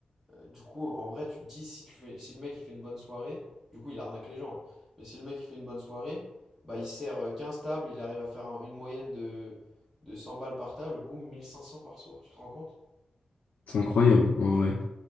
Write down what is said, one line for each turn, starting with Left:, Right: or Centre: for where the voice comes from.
Centre: euh, du coup, en vrai, tu te dis si tu fais, si le mec il fait une bonne soirée, du coup il arnaque les gens. Mais si le mec il fait une bonne soirée, bah il sert euh, 15 tables, il arrive à faire un- une moyenne de, de 100 balles par table, boum, 1500 par soir. Tu te rends compte?
Left: C'est incroyable, en vrai.